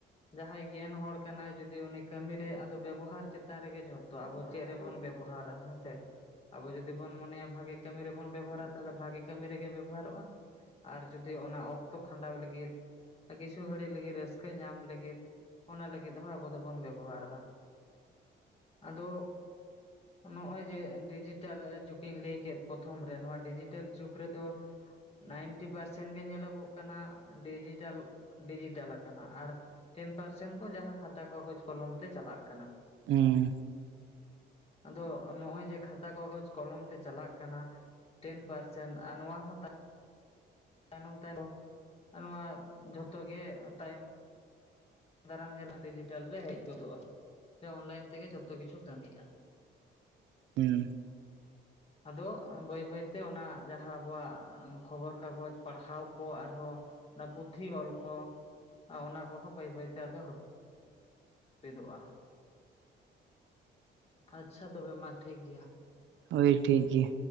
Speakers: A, on the left; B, on the right.
A: ᱡᱟᱦᱟᱸᱭ ᱜᱮᱭᱟᱱ ᱦᱚᱲ ᱠᱟᱱᱟᱭ ᱡᱩᱫᱤ ᱩᱱᱤ ᱠᱟᱹᱢᱤ ᱨᱮ ᱟᱫᱚ ᱵᱮᱵᱚᱦᱟᱨ ᱪᱮᱛᱟᱱ ᱨᱮᱜᱮ ᱡᱚᱼᱼ ᱛᱚ ᱟᱵᱚ ᱪᱮᱫ ᱨᱮᱵᱚᱱ ᱵᱮᱵᱚᱦᱟᱨᱟ ᱦᱮᱸ ᱥᱮ ᱟᱵᱚ ᱡᱩᱫᱤ ᱵᱚᱱ ᱢᱚᱱᱮᱭᱟ ᱵᱷᱟᱜᱤ ᱠᱟᱹᱢᱤ ᱨᱮᱵᱚᱱ ᱵᱮᱵᱚᱦᱟᱨᱟ ᱛᱟᱦᱚᱞᱮ ᱵᱷᱟᱜᱤ ᱠᱟᱹᱢᱤ ᱨᱮᱜᱮ ᱵᱮᱵᱚᱦᱟᱨᱚᱜᱼᱟ ᱟᱨ ᱡᱚᱫᱤ ᱚᱱᱟ ᱚᱠᱛᱚ ᱠᱷᱟᱸᱰᱟᱣ ᱞᱟᱹᱜᱤᱫ ᱠᱤᱪᱷᱩ ᱜᱷᱟᱹᱲᱤᱡ ᱞᱟᱹᱜᱤᱫ ᱨᱟᱹᱥᱠᱟᱹ ᱧᱟᱢ ᱞᱟᱹᱜᱤᱫᱼᱼ ᱚᱱᱟ ᱞᱟᱹᱜᱤᱫ ᱦᱚᱸ ᱟᱵᱚ ᱫᱚᱵᱚᱱ ᱵᱮᱵᱚᱦᱟᱨ ᱮᱫᱟ ᱟᱫᱚᱼᱼ ᱱᱚᱜ ᱚᱭ ᱡᱮ ᱰᱤᱡᱤᱴᱮᱞ ᱡᱩᱜ ᱤᱧ ᱞᱟᱹᱭᱠᱮᱫ ᱯᱨᱚᱛᱷᱚᱢ ᱨᱮ ᱱᱚᱣᱟ ᱰᱤᱡᱤᱴᱮᱞ ᱡᱩᱜ ᱨᱮᱫᱚᱼᱼ ᱱᱟᱭᱤᱱᱴᱤ ᱯᱟᱨᱥᱮᱱ ᱜᱮ ᱧᱮᱞᱚᱜᱚᱜ ᱠᱟᱱᱟ ᱰᱤᱡᱤᱴᱟᱞ ᱰᱤᱡᱤᱴᱟᱞ ᱟᱠᱟᱱᱟ ᱟᱨ ᱴᱮᱱ ᱯᱟᱨᱥᱮᱱ ᱫᱚ ᱡᱟᱦᱟᱸ ᱠᱷᱟᱛᱟ ᱠᱟᱜᱚᱡᱽ ᱠᱚᱞᱚᱢ ᱛᱮ ᱪᱟᱞᱟᱜ ᱠᱟᱱᱟ
B: ᱦᱮᱸ
A: ᱟᱫᱚ ᱱᱚᱜ-ᱚᱭ ᱡᱮ ᱠᱷᱟᱛᱟ ᱠᱟᱜᱚᱡᱽ ᱠᱚᱞᱚᱢ ᱛᱮ ᱪᱟᱞᱟᱜ ᱠᱟᱱᱟ ᱴᱮᱱ ᱯᱟᱨᱥᱮᱱ <unintelligible> ᱟᱨ ᱱᱚᱣᱟ ᱦᱚᱸᱼᱼ ᱛᱟᱭᱱᱚᱢ ᱛᱟᱭᱱᱚᱢ ᱱᱚᱣᱟ ᱡᱷᱚᱛᱚ ᱜᱮ ᱛᱟᱭᱚᱢ ᱫᱟᱨᱟᱢ ᱧᱮᱞᱞᱟᱢ ᱰᱤᱡᱤᱴᱮᱞ ᱨᱮ ᱦᱮᱡ ᱜᱚᱫᱚᱜᱼᱟ ᱥᱮ ᱚᱱᱞᱟᱭᱤᱱ ᱛᱮᱜᱮ ᱡᱚᱛᱚ ᱠᱤᱪᱷᱩ ᱠᱟᱹᱢᱤᱜᱼᱟ
B: ᱦᱩᱸ
A: ᱟᱫᱚ ᱵᱟᱹᱭ ᱵᱟᱹᱭ ᱛᱮ ᱚᱱᱟ ᱡᱟᱦᱟᱸ ᱟᱵᱚᱣᱟᱜ ᱠᱷᱚᱵᱚᱨ ᱠᱟᱜᱚᱡᱽ ᱯᱟᱲᱦᱟᱣ ᱠᱚ ᱟᱨ ᱦᱚᱸᱼᱼ ᱚᱱᱟ ᱯᱩᱛᱷᱤ ᱚᱞ ᱠᱚ ᱚᱱᱟ ᱠᱚᱦᱚᱸ ᱵᱟᱹᱭ ᱵᱟᱹᱭ ᱛᱮ ᱟᱫᱚᱼᱼ ᱦᱟᱹᱯᱤᱫᱚᱜᱼᱟ ᱟᱪᱪᱷᱟ ᱛᱚᱵᱮ ᱢᱟ ᱴᱷᱤᱠ ᱜᱮᱭᱟ
B: ᱦᱳᱭ ᱴᱷᱤᱠ ᱜᱮᱭᱟ